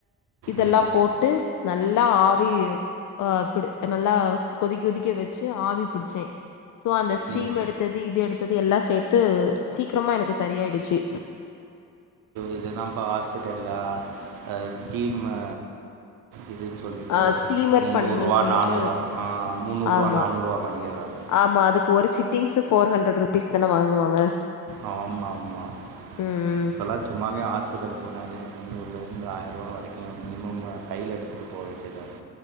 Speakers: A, on the left; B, on the right.
A: இதெல்லா
B: ம்
A: போட்டு நல்லா ஆவி ஆ புடி நல்லா சு கொதிக்க கொதிக்க வச்சு ஆவி பு டிச்சே சோ அந்த ஸ்டீம்
B: ம்
A: எடுத்துது இது எடுத்தது எல்லா சேத்து சீக்ரமா எனக்கு சரியாயிடுச்சு
B: இத தாம் பா ஹாஸ்பிட்டல்ல ஆ ஸ்டீமு இதுன் சொல்ட்டு
A: ஆ ஸ்டீமர்
B: முந்நூற்வா
A: பண்ணுங்கன்னு சொல்லிட்டு
B: நானூறுவா ஆ முந்நூற்வா
A: ஆமா.
B: நானூர்வா வாங்கிர்றாங்க
A: ஆமா அதுக்கு ஒரு சிட்டிங்சு ஃபோர் ஹண்டர் ருபீஸ் தான வாங்குவாங்க
B: ஆமா ஆமா
A: ம், ம்.
B: இப்பல்லா சும்மாவே ஹாஸ்பிட்டலு போனாலே ஐநூறுலருந்து ஆயர்ருவா வரைக்கு மினிமம் கைல எடுத்துகிட்டு போவ வேண்டியதா இருக்